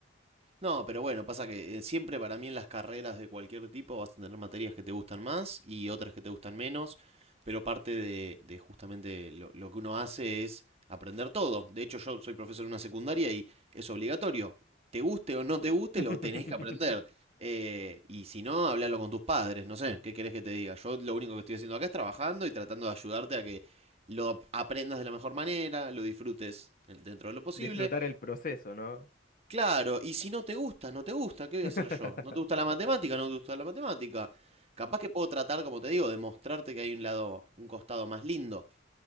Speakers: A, on the right; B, on the left.
A: No, pero bueno, pasa que eh, siempre para mí en las carreras de cualquier tipo vas a tener materias que te gustan más y otras que te gustan menos, pero parte de, de justamente lo, lo que uno hace es aprender todo. De hecho, yo soy profesor en una secundaria y es obligatorio. Te guste o no te guste,
B: <laughs>
A: lo tenés que aprender. Eh, y si no, hablalo con tus padres, no sé, ¿qué querés que te diga? Yo lo único que estoy haciendo acá es trabajando y tratando de ayudarte a que lo ap- aprendas de la mejor manera, lo disfrutes en- dentro de lo posible
B: Disfrutar el proceso, ¿no?
A: Claro, y si no te gusta, no te gusta, ¿qué voy
B: <laughs>
A: a hacer yo? ¿No te gusta la matemática? ¿No te gusta la matemática? Capaz que puedo tratar, como te digo, de mostrarte que hay un lado, un costado más lindo.